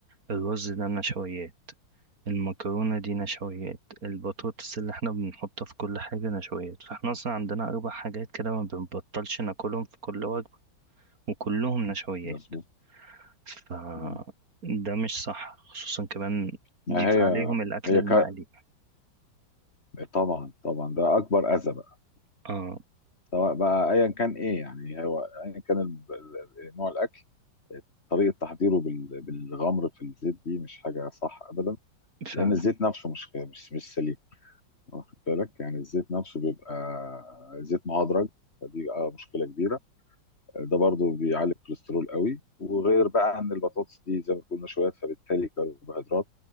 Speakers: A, on the right; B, on the left.
A: الرز ده نشويات المكرونة دي نشويات البطاطس اللي احنا بنحطها في كل حاجة نشويات فاحنا اصلا عندنا أربع حاجات كده ما بنبطلش ناكلهم في كل وجبة وكلهم نشويات
B: مظبوط
A: ف
B: مم.
A: ده مش صح خصوصا كمان
B: ما
A: ضيف
B: هي
A: عليهم الأكل
B: هي
A: المقلي
B: ك... طبعا طبعا ده اكبر اذى بقى
A: اه
B: سواء بقى ايا كان ايه يعني هو ايا كان ال- ال- نوع الاكل طريقه تحضيره بال... بالغمر في الزيت دي مش حاجه صح ابدا لان
A: فعلا
B: الزيت نفسه مش مش مش سليم واخد بالك يعني الزيت نفسه بيبقى زيت مهدرج فدي آه مشكله كبيره ده برضو بيعلي الكوليسترول قوي وغير بقى ان البطاطس دي زي ما قلنا شوية فبالتالي كربوهيدرات